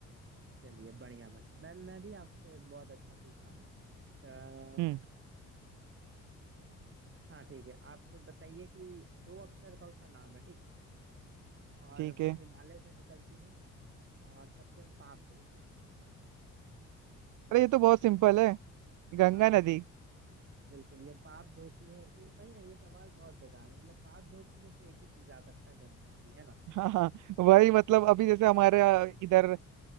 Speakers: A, on the right (about 40°); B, on the right (about 80°).
A: चलिए बढ़िया बढ़िया मैं मैं भी आपसे एक बहुत अच्छा पूछता हूँ
B: हम्म
A: हाँ ठीक है आप बताइए कि दो अक्षर का उसका नाम है ठीक ना और
B: ठीक
A: वो
B: है
A: हिमालय से निकलती है और सबके पाप धोती है
B: अरे ये तो बहुत सिंपल है गंगा
A: आ
B: नदी
A: बिल्कुल ये पाप धोती है ये वही ना ये सवाल बहुत बेकार है मतलब पाप धोती से तो एक ही चीज आ सकता है गंगा नदी है ना
B: <laughs> हाँ हाँ वही मतलब अभी जैसे हमारे अ, इधर अ,